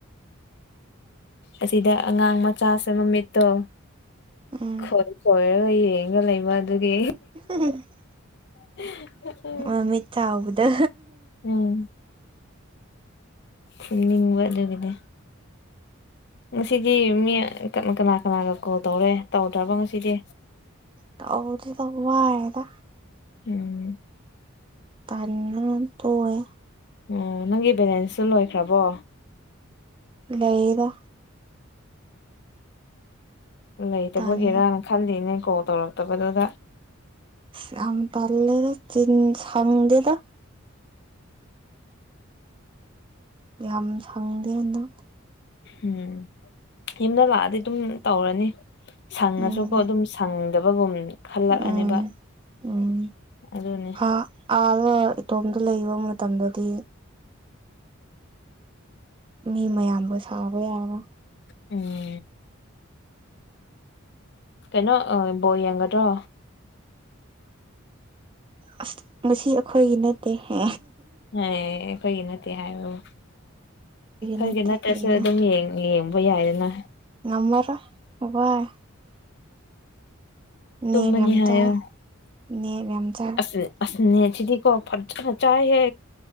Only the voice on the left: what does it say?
ꯑꯁꯤꯗ ꯑꯉꯥꯡ ꯃꯆꯥꯁꯦ ꯃꯃꯤꯠꯇꯣ
ꯈꯣꯏ ꯀꯣꯏꯔꯒ ꯌꯦꯡꯑꯒ ꯂꯩꯕ ꯑꯗꯨꯒꯤ
<unintelligible>
ꯎꯝ ꯈꯨꯝꯅꯤꯡꯕ ꯑꯗꯨꯒꯤꯅꯦ ꯉꯁꯤꯗꯤ ꯃꯤ ꯀꯅꯥ ꯀꯅꯥꯒ ꯀꯣꯜ ꯇꯧꯔꯦ ꯇꯧꯗ꯭ꯔꯕ ꯉꯁꯤꯗꯤ
ꯎꯝ
ꯑꯝ ꯅꯪꯒꯤ ꯕꯦꯂꯦꯟꯁꯇꯣ ꯂꯣꯏꯈ꯭ꯔꯕꯣ
ꯎꯝ ꯂꯩꯇꯕꯒꯤꯔꯥꯅ
ꯈꯜꯂꯤꯅꯦ ꯀꯣꯜ ꯇꯧꯔꯛꯇꯕꯗꯨꯗ
ꯎꯝ ꯌꯨꯝꯗ ꯂꯥꯛꯑꯗꯤ ꯑꯗꯨꯝ ꯇꯧꯔꯅꯤ ꯁꯪꯉꯁꯨꯀꯣ
ꯑꯗꯨꯝ ꯁꯪꯗꯕꯒꯨꯝ ꯈꯜꯂꯛꯑꯅꯦꯕ
ꯑꯗꯨꯅꯤ
ꯎꯝ ꯀꯩꯅꯣ ꯑꯥ ꯕꯣꯜ ꯌꯦꯡꯒꯗ꯭ꯔꯣ
ꯍꯦꯏ ꯑꯩꯈꯣꯏꯒꯤ ꯅꯠꯇꯦ ꯍꯥꯏꯕ ꯑꯩꯈꯣꯏꯒꯤ
ꯅꯠꯇ꯭ꯔꯁꯨ
ꯑꯗꯨꯝ ꯌꯦꯡ ꯌꯦꯡꯕ ꯌꯥꯏꯗꯅ
ꯇꯨꯝꯃꯅꯤ
ꯍꯥꯏꯌꯣ
ꯑꯁ ꯑꯁ ꯅꯦꯠ ꯁꯤꯗꯤꯀꯣ ꯐꯖꯅ ꯆꯥꯏꯍꯦ